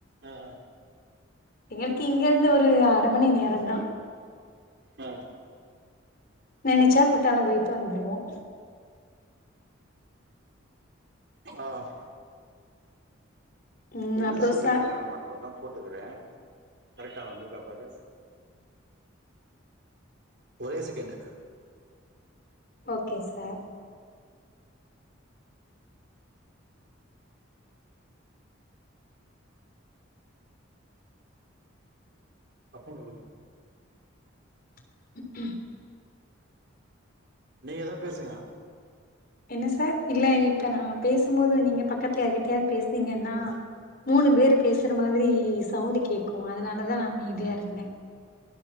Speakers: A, on the right; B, on the left.
A: ஆ.
B: எங்களுக்கு இங்க இருந்து ஒரு அர மணி நேரம்தான்
A: ஆ
B: நெனைச்சா குற்றாலம் போய்ட்டு வந்துருவோம்
A: ஆஹ்
B: ம்
A: இந்த யீஸ்வரி
B: அப்றோ ச
A: கல்யண மண்டபதா போட்டுக்கிறே கரெக்டா வந்துக்கா பாரு ஒரே செகண்ட்டு
B: ஓகே சார்
A: அப்போ ஒரு
B: <inaudible>
A: நீங்க ஏதா பேசுங்க
B: என்ன சார் இல்ல இப்ப நான் பேசும்போது நீங்க பக்கத்துல யார்கிட்டயாவது பேசுனீங்கன்னா மூணு பேர்ரு பேசுற மாதிரி சவுண்டு கேக்கும் அதனாலதான் அமைதியா இருந்தே